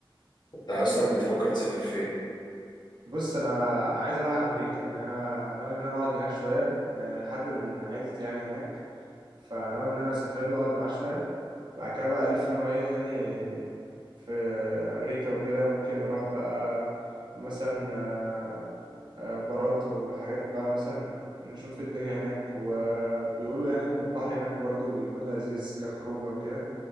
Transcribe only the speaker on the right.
بص انا عايز اروح امريكا يعني انا ناوي ان انا اقعد هناك شوية م- حد من عيلتي يعني هناك فناوي ان انا اسافر له اقعد معاه شويه وبعد كده بقى الف انا وهي يعني في امريكا وكده ممكن نروح بقى مثلا آه، آه، بارات وحاجات بقى مثلا نشوف الدنيا هناك وبيقولوا يعني ان البحر هناك برضو بيكون لذيذ كخروجه وكده